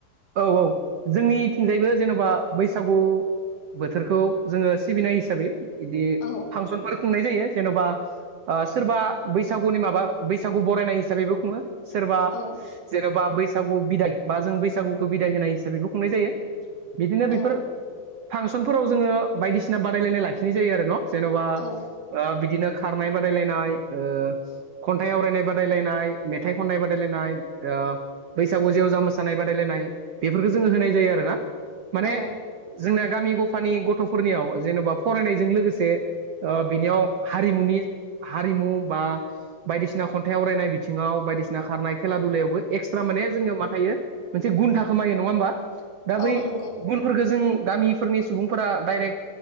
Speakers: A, on the right; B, on the left.
A: औ औ जोंनिथिंजायबो जेनेबा बैसागु बोथोरखौ जोङो सिबिनाय हिसाबै बिदि
B: औ
A: फांसनफोर खुंनाय जायो जेन'बा ओ सोरबा बैसागुनि माबा बैसागु बरायनाय हिसाबैबो खुङो। सोरबा
B: औ
A: जेन'बा बैसागु बिदाय बा जों बैसागु बिदाय होनाय हिसाबैबो खुंनाय जायो। बिदिनो बेफोर
B: औ
A: फांसनफोराव जोङो बायदिसिना बादायलायनाय लाखिनाय जायो आरो न' जेन'बा
B: औ
A: ओ बिदिनो खारनाय बादायलायनाय, ओ खन्थाइ आवरायनाय बादायलायनाय, मेथाइ खननाय बादायलायनाय ओ ओ बैसागु जेवजा मोसानाय बादायलायनाय बेफोरखौ जोङो होनाय जायो आरोना। माने
B: औ
A: जोंना गामि गफानि गथ' फोरनियाव जेन'बा फरायनायजों लोगोसे ओ बिनियाव हारिमुनि हारिमु बा बायदिसिना खन्थाइ आवरायनाय बिथिङाव बायदिसिना खारनाय खेला दुलायावबो एक्सट्रा माने जोंनियाव मा थायो मोनसे गुन थाखोमायो नङा होमबा। दा
B: औ
A: बै
B: नंगौ
A: गुनफोरखौ जों गामिफोरनि सुबुंफोरा डाइरेक्ट